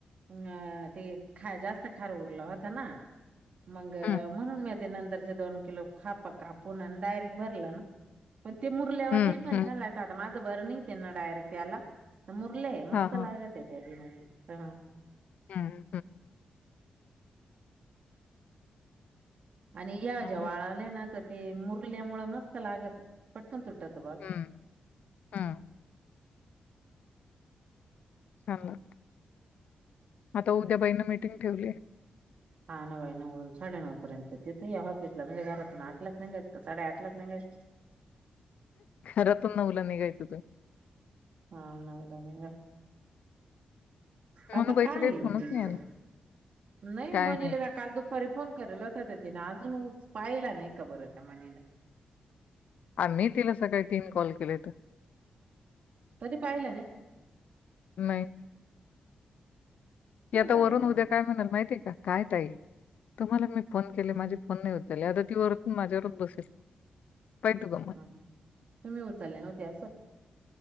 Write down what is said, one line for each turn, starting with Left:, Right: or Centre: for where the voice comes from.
Right: अ ते खा जास्त खार उरलं होतं ना. मग
Left: हम्म,
Right: म्हणून मी ते नंतरचे दोन किलो खापा कापूून आणि डायरेक्ट भरलं ना. पण ते मुरल्यावर
Left: हम्म,
Right: ते पण
Left: हम्म.
Right: छान लागत आता माझं बरं नाही त्यांना डायरेक्ट त्याला. मुरले मस्त
Left: हा हा
Right: लागत ते <unintelligible>
Left: हम्.
Right: आणि या
Left: चांगलं
Right: ज्या वाळवल्या
Left: आहे.
Right: ना तर ते मुरल्यामुळे मस्त लागत, पटकन तुटत ब असं.
Left: हम्म, हम्म. <unintelligible> आता उद्या बाई मिटिंग ठेवली हाय.
Right: हा ना बाई नऊ साडेनऊ पर्यंत तिथे या ऑफिसला म्हणजे घरातून आठच नाही घायचं साडेठच नाही घायचं
Left: घरातून नऊला निघायचं तू
Right: हा नवला नि आता
Left: म्हणून बाईचा
Right: काय
Left: काही
Right: आहे मीटिंगच
Left: फोनच नाही आला
Right: नाही
Left: काय
Right: म्हणले
Left: माहित
Right: काल दुप फर फोन कला होता त्या तिने अजूनच पाहिला नाही खबर हो त्या मणीला
Left: आ मी तिला सकाळी तीन कॉल केले तर
Right: तरी पाहिलं ना
Left: नाही
Right: कुठं
Left: याता
Right: जायला
Left: वरून
Right: मग
Left: उद्या काय म्हणाल माहितीय काय ताई तुम्हाला मी फोन केले माझी फोन नाही होत आता ती माझ्यावरच बसेल पाहि तू ग
Right: हं, तुम्ही उचलले नव्हते अस